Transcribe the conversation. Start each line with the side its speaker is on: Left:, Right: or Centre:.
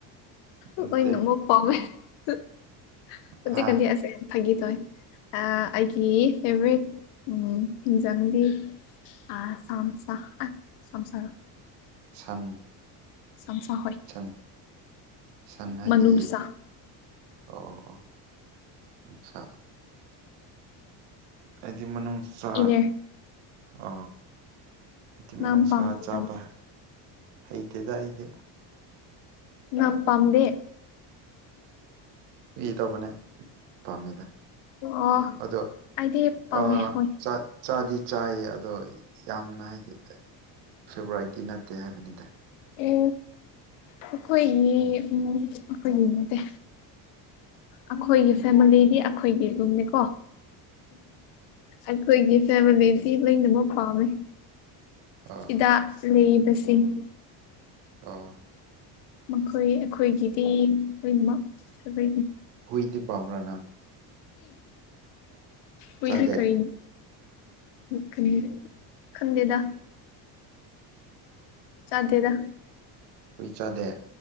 Right: ꯅꯠꯇꯦ
Left: ꯑꯣꯏꯅꯣ ꯃꯛ ꯄꯃꯦꯖꯤ
Right: ꯍꯥ
Left: ꯀꯅꯤꯗꯤ ꯑꯁ ꯐꯥꯒꯤ ꯇꯣꯏ ꯑꯩꯒꯤ ꯐꯦꯕꯣꯔꯥꯏꯠ ꯍꯤꯡꯖꯪꯗꯤ ꯑꯥꯁꯔ
Right: ꯁꯟ
Left: ꯆꯝꯆꯥꯥ ꯍꯣꯏ
Right: ꯁꯟ ꯁꯟ ꯍꯥꯏꯗꯤ
Left: ꯃꯅ ꯁꯥ
Right: ꯑꯣ ꯑꯣ ꯑꯣ ꯅꯨꯡꯁꯥ ꯍꯥꯏꯗꯤ ꯃꯅꯨꯡ ꯆꯥ
Left: ꯏꯅꯔ
Right: ꯑ ꯍꯥꯏꯇꯤꯃꯛ
Left: ꯅꯝ
Right: ꯅꯨꯡꯁꯥ
Left: ꯄꯥꯝꯗ
Right: ꯆꯥꯕ ꯍꯩꯇꯦꯗ ꯍꯇꯦ
Left: ꯉ ꯄꯝꯗꯦ
Right: ꯏ ꯇꯧꯕꯅꯦ ꯄꯥꯝꯃꯦꯗ
Left: ꯑꯣ
Right: ꯑꯗꯣ
Left: ꯑꯩꯗꯤ ꯄꯥꯝꯃꯦ
Right: ꯑ
Left: ꯍꯣꯏ
Right: ꯆ ꯆꯥꯗꯤ ꯆꯥꯏꯌꯦ ꯑꯗꯣ ꯌꯥꯝꯅ ꯍꯥꯏꯗꯤ ꯐꯦꯕꯣꯔꯥꯏꯗꯤꯤ ꯅꯠꯇꯦ ꯍꯥꯏꯕꯅꯤꯗ
Left: ꯑꯦ ꯑꯩꯈꯣꯏꯒꯤ ꯑꯩꯈꯣꯏꯒꯤ ꯅꯠꯇꯦ ꯑꯩꯈꯣꯏꯒꯤ ꯐꯦꯃꯤꯂꯤꯗꯤ ꯑꯩꯈꯣꯏꯒꯤ ꯔꯨꯝꯅꯤꯀꯣ ꯑꯩꯈꯣꯏꯒꯤ ꯐꯦꯃꯤꯂꯤꯁꯤ ꯂꯩꯃꯛ ꯄꯥꯝꯃꯦ
Right: ꯑꯥ
Left: ꯆꯤꯗꯥꯛ ꯂꯩꯔꯤꯕꯁꯤꯡ
Right: ꯑ
Left: ꯃꯈꯣꯏ ꯑꯩꯈꯣꯏꯒꯤꯗꯤ ꯂꯣꯏꯅꯃꯛ ꯐꯕ
Right: ꯍꯨꯏꯗ ꯄꯝꯔꯥꯅ
Left: ꯍꯨꯢꯗꯤ
Right: ꯆꯥꯗꯦ
Left: ꯀꯅꯤ ꯈꯪꯟ ꯈꯪꯗꯦꯗ ꯆꯗꯦꯗ
Right: ꯍꯨꯏꯆꯥꯗꯦ